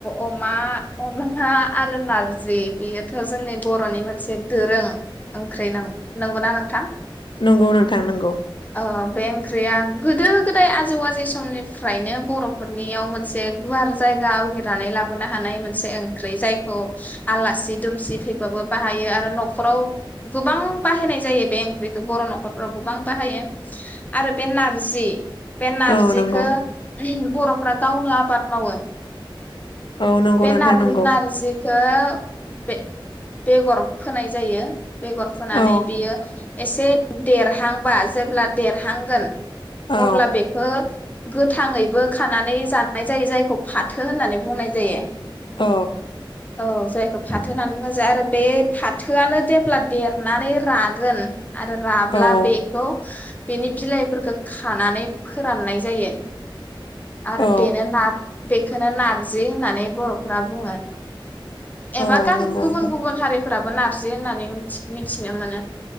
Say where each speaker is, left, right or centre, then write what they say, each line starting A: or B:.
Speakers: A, on the left (about 20°); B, on the left (about 65°).
A: अमा अमा आरो नारजि बेयोथ' जोंनि बर'नि मोनसे दोरों ओंख्रि नं नंगौना नोंथां
B: नंगौ नोंथां नंगौ।
A: अ बे ओंख्रिया ओम गोदो गोदाय आजौ आजै समनिफ्रायनो बर'फोरनियाव मोनसे गुवार जायगा आवगिरनानै लाबोनो हानाय मोनसे ओंख्रि जायखौ आलासि दुमसि फैबाबो बाहायो आरो न'खराव गोबां बाहायनाय जायो बे ओंख्रिखौ बर' न'खरफ्राव गोबां बाहायो आरो बे नारजि बे नारजिखो
B: औ नंगौ
A: ओं बर'फ्रा गावनो आबाद मावो
B: औ नंगौ
A: बे
B: नोंथां
A: नार
B: नंगौ
A: नारजिखौ बे बेगर फोनाय जायो। बेगर फोनानै
B: औ
A: बियो एसे देरहांबा जेब्ला देरहांगोन
B: औ
A: अब्ला बेखो गोथ थाङैबो खानानै जानाय जायो जायखौ फाथो होननानै बुंनाय जायो।
B: औ
A: औ जाय फाथो होननानै बुङो जाय आरो बे फाथोआनो जेब्ला देरनानै रागोन आरो राब्ला
B: औ
A: बेखौ बेनि बिलाइफोरखो खानानै फोराननाय जायो। आरोे
B: औ
A: बेनो ना बेखोनो नारजि होननानै बर'फ्रा बुङो।
B: औ
A: एबा गान
B: नंगौ
A: गुबुन
B: नोंथां
A: गुबुन हारिफ्रा नारजि होननानै मिथि मिथिनो मोनो।